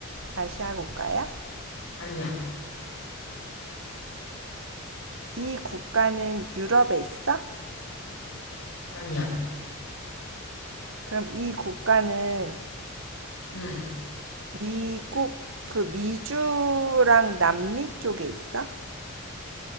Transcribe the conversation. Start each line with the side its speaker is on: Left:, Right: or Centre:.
Right: 아시아 국가야?
Left: 아니야.
Right: 이 국가는 유럽에 있어?
Left: 아니야.
Right: 그럼 이 국가는
Left: 음.
Right: 미국, 그 미주랑 남미 쪽에 있어?